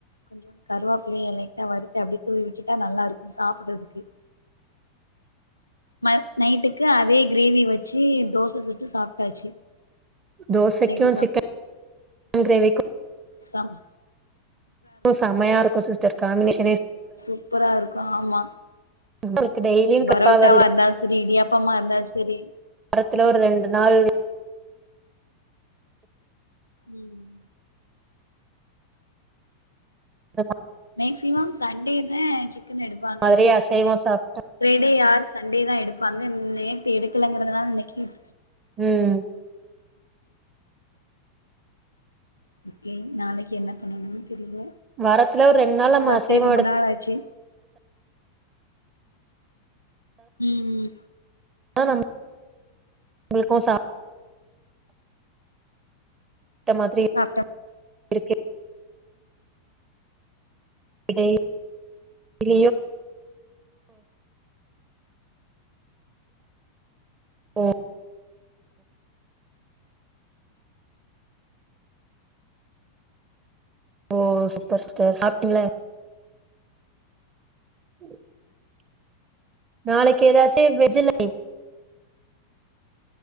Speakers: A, on the left; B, on the right.
A: கொஞ்சோ கருவாப்பில்லய லைட்டா வறுத்து அப்டியே தூவி விட்டுட்டா நல்லா இருக்கு சாப்புட்றதுக்கு ம நைட்டுக்கு அதே கிரேவி வச்சு தோச சுட்டு சாப்ட்டாச்சு
B: தோசைக்கு
A: நைட்டு
B: சிக்கன் கிரேவிக்கு
A: சாப்
B: கு செமையாருக்கு சிஸ் <unintelligible>
A: சூப்பராருக்கு ஆமா
B: உங்களுக்கு டெய்லியும்
A: பரோட்டாவாருந்தாலு
B: கடுப்பா வருது.
A: சரி இடியாப்பமாருந்தாலு சரி
B: வாரத்துல ஒரு நாள்
A: ம்
B: <unintelligible>
A: மேக்சிமம் சண்டே தே சிக்கன் எடுப்பாங்க
B: மாதிரி
A: எங்க வீட்ல
B: அசைவம் சாப்ட்டா
A: ஃபரைடே ஆர் சண்டே தா எடுப்பாங்க நேத்தி எடுக்க <unintelligible> இன்னைக்கு
B: ம்
A: ஓக்கே நாளைக்கு என்ன பண்ணணு தெரில
B: வாரத்துல ஒரு நாள்
A: மீன்
B: நம்ம
A: சாப்ட்டே
B: அசைவம்
A: ரொம்ப
B: எடுத்தா
A: நாளாச்சு ம் ம்
B: ஆ <unintelligible> உங்ளுக்கு சா த்த மாதிரி
A: சாப்ட்ட
B: இருக்கு. இடை <inaudible> ம் ஓ சூப்பர் சிஸ்டர் சாப்ட்டீங்ள <inaudible> நாளைக்கு எதாச்சு வெஜீல